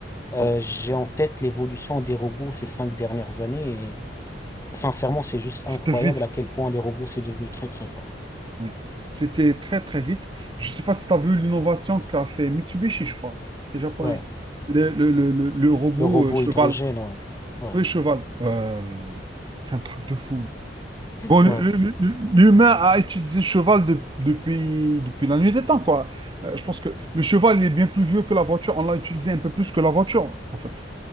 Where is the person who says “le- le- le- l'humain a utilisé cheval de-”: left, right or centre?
Right